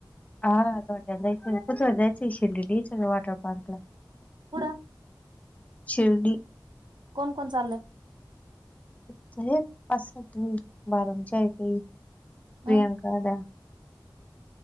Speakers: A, on the left (about 20°); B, on the right (about 70°).
A: हा धोंड्या ला जायचं उचल जायची ती शिर्डीच्या वॉटर पार्क ला.
B: कुठ
A: शिर्डी
B: कोण कोण चाललय.
A: च्या आहेत पास सात आहेत बाराम च्या हाएती प्रियांकाला.
B: हम्म